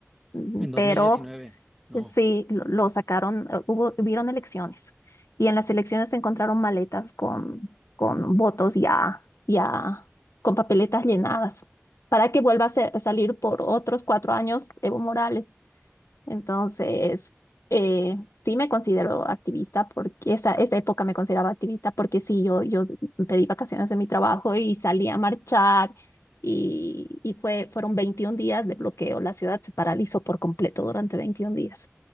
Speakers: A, on the left (about 75°); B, in the centre.
A: mm,
B: en 2019?
A: pero
B: No.
A: Sí, lo, lo sacaron, eh, hubo, hubieron elecciones y en las elecciones se encontraron maletas con, con votos ya, ya con papeletas llenadas para que vuelva a, ser- a salir por otros cuatro años Evo Morales. Entonces, eh, sí me considero activista porque esa, esa época me consideraba activista porque sí, yo, yo pedí vacaciones de mi trabajo y salí a marchar y, y fue, fueron 21 días de bloqueo. La ciudad se paralizó por completo durante 21 días.